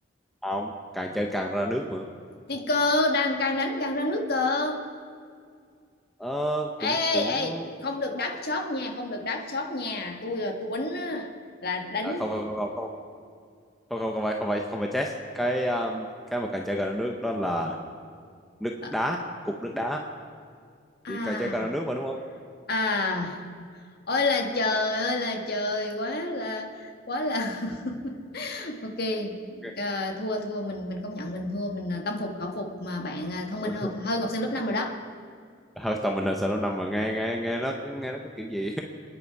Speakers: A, in the centre; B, on the left.
A: À, không, càng chơi càng ra nước nữa.
B: Đi cờ, đang càng đánh càng ra nước cờ.
A: Ờ cũng
B: Ê, ê,
A: cũng
B: ê, không được đắt chót nha, không được đắt chót nha. Tôi là tôi đánh á, là đánh...
A: à, không không không không không không không không phải không phải không phải chess. Cái um, cái mà càng chơi càng ra nước đó là nước
B: Ờ,
A: đá, cục nước đá.
B: À,
A: Thì càng chơi càng ra nước mà đúng không?
B: à, ôi là trời ơi là trời, quá là, quá là... <laughs> Ok,
A: Ok.
B: à, thua thua mình mình công nhận mình thua mình à, tâm phục khẩu phục mà bạn à, thông minh
A: <laughs>
B: hơn hơn học sinh lớp 5 rồi đó.
A: Ờ, tầm mình là sao nó nằm mà nghe nghe nghe nó cứ- nghe nó cái kiểu gì